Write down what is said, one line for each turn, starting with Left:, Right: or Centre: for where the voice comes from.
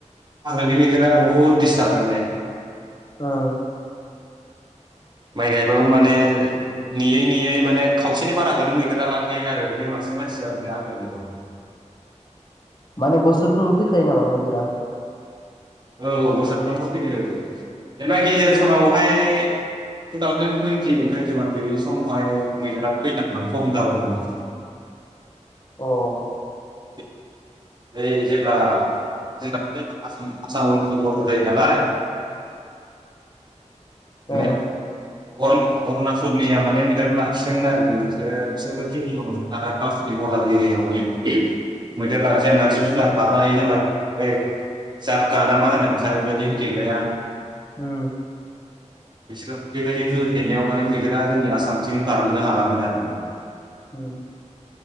Right: हाग्रानि गादेरा बहुद दिस्टार्ब मोनो।
Left: ओं
Right: माइ गायबाबो माने नेयै नेयै माने खावसेनि बाराखौनो मैदेरा लांखायो आरो बिनि उनावसो मानसिया मोनो आग्लानायखौ ।
Left: माने बोसोरफ्रोमबो फैखायो नामा मैदेरा
Right: औ औ बोसोरफ्रामबो फैयो एबा गेजेर समावहाय टु थावजेन टुइन्टि टुइन्टिवान बे समावहाय मैदेरा फैनाया खम जाबायमोन
Left: अ ओं
Right: <unintelligible> बै जेब्ला जोंना आसाम आसाम भुतान बरडार जायो नालाय <inaudible>
Left: अ
Right: माने अरुणाचलनिया माने मैदेर लाखिसोन आरो बिसोर बिसोरबो <unintelligible> गावसि बरडार एरियायावल मैदेरफ्रा जेनेबा जिब जुनार बारनो हायो जेनेबा बे जाखा नामा होनो नोंथां बेबायदि होथैग्राया
Left: उम
Right: बिसोर बेबायदि होथेनायाव माने मैदेरा जोंनि आसामथिं बारबोनो हालामोन आरो माने
Left: <inaudible>